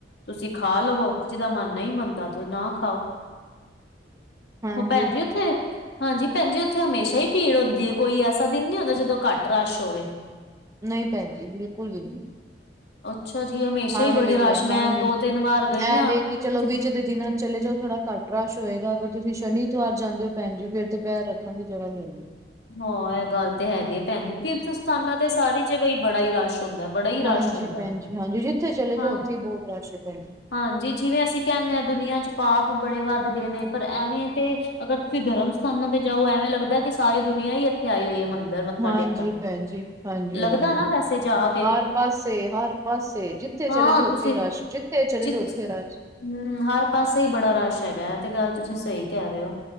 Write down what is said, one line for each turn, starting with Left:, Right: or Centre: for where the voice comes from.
Left: ਤੁਸੀਂ ਖਾ ਲਵੋ, ਜਿਦਾ ਮਨ ਨਹੀਂ ਮੰਨਦਾ ਤੁਸੀ ਨਾ ਖਾਓ।
Right: ਹਾਂਜੀ
Left: ਹੋ ਭੈਣ ਜੀ ਉੱਥੇ ਹਾਂਜੀ ਭੈਣ ਜੀ, ਉੱਥੇ ਹਮੇਸ਼ਾ ਹੀ ਭੀੜ ਹੁੰਦੀ ਹੈ, ਕੋਈ ਐਸਾ ਦਿਨ ਨੀ ਹੁੰਦਾ ਜਦੋਂ ਘੱਟ ਰਸ਼ ਹੋਵੇ?
Right: ਨਹੀਂ ਭੈਣ ਜੀ, ਬਿਲਕੁਲ ਵੀ ਨਹੀਂ।
Left: ਅੱਛਾ ਜੀ, ਹਮੇਸ਼ਾ
Right: ਹਰ
Left: ਹੀ ਬੜੀ
Right: ਵੇਲੇ
Left: ਰਸ਼, ਮੈਂ
Right: ਹਾਂਜੀ
Left: ਦੋ ਤਿੰਨ ਵਾਰ ਗਈ
Right: ਐ
Left: ਹਾਂ
Right: ਵੇ
Left: ਤੇ
Right: ਕਿ ਚਲੋ ਵਿੱਚ ਦੇ ਦਿਨਾਂ ਚਲੇ ਜਾਓ, ਥੋੜਾ ਘੱਟ ਰਸ਼ ਹੋਏਗਾ। ਅਗਰ ਤੁਸੀਂ ਸ਼ਨੀ, ਤਵਾਰ ਜਾਂਦੇ ਹੋ ਭੈਣ ਜੀ, ਫੇਰ ਤੇ ਪੈਰ ਰੱਖਣ ਦੀ ਜਗ੍ਹਾ ਨਹੀਂ ਆਉਦੀ।
Left: ਹਾਂ ਇਹ ਗੱਲ ਤੇ ਹੈਗੀ ਭੈਣ ਜ, ਤੀਰਥ ਸਥਾਨਾਂ ਤੇ ਸਾਰੀ ਜਗ੍ਹਾ ਹੀ ਬੜਾ ਹੀ ਰਸ਼ ਹੁੰਦਾ, ਬੜਾ ਹੀ ਰਸ਼
Right: ਹਾਂਜੀ
Left: ਹੁੰਦਾ।
Right: ਭੈਣਜੀ ਹਾਂਜੀ, ਜਿੱਥੇ ਚਲੇ
Left: ਹਾਂ
Right: ਜਾ ਉੱਥੇ ਹੀ ਬਹੁਤ ਰਸ਼ ਹੈ ਭੈਣ ਜੀ।
Left: ਹਾਂਜੀ ਜਿਵੇਂ ਅਸੀਂ ਕਹਿੰਦੇ ਹਾਂ, ਦੁਨੀਆਂ 'ਚ ਪਾਪ ਬੜੇ ਵੱਧ ਗਏ ਨੇ ਪਰ ਐਵੇਂ ਤੇ ਅਗਰ ਤੁਸੀਂ ਧਰਮ ਸਥਾਨਾਂ ਤੇ ਜਾਓ, ਐਵੇਂ ਲੱਗਦਾ ਕਿ ਸਾਰੀ ਦੁਨੀਆ ਹੀ ਇੱਥੇ ਆਈ ਹੋਈ ਹੈ ਮੰਦਿਰ ਮੱਥਾ
Right: ਹਾਂਜੀ
Left: ਟੇਕਣ।
Right: ਭੈਣ ਜੀ, ਹਾਂਜੀ
Left: ਲੱਗਦਾ
Right: ਹਾਂਜੀ।
Left: ਨਾ ਵੈਸੇ ਜਾ ਕੇ
Right: ਹਰ ਪਾਸੇ, ਹਰ ਪਾਸੇ, ਜਿੱਥੇ
Left: ਹਾਂ
Right: ਚਲੇ ਜਾ ਉੱਥੇ
Left: ਤੁਸੀਂ
Right: ਰਸ਼, ਜਿੱਥੇ ਚਲੇ
Left: ਜਿੱਥ
Right: ਜਾਓ ਉੱਥੇ ਰਸ਼
Left: ਹਮ, ਹਰ ਪਾਸੇ ਹੀ ਬੜਾ ਰਸ਼ ਹੈਗਾ ਹੈ ਤੇ ਗੱਲ ਤੁਸੀਂ ਸਹੀ ਕਹਿ ਰਹੇ ਹੋ।